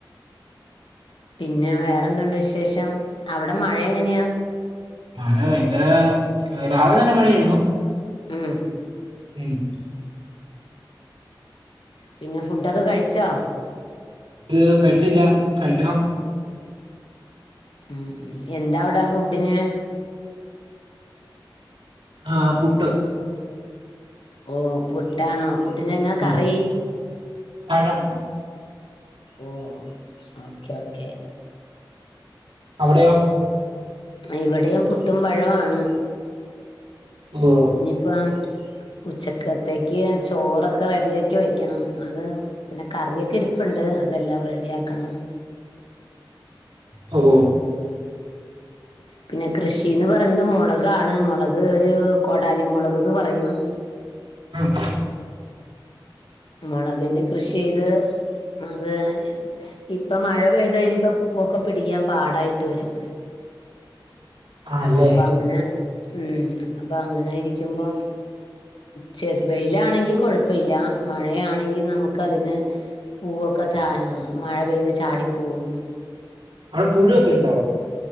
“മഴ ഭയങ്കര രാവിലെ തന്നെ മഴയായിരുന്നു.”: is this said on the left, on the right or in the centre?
Right